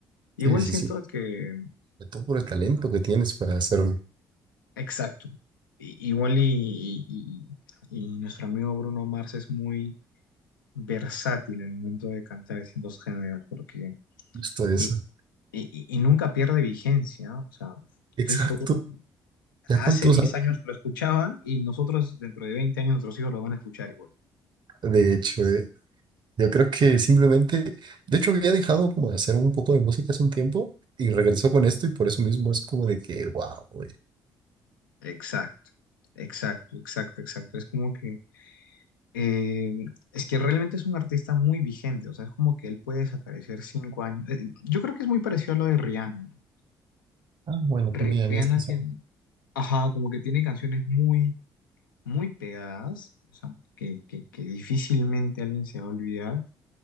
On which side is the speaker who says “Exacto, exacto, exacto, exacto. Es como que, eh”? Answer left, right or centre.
Left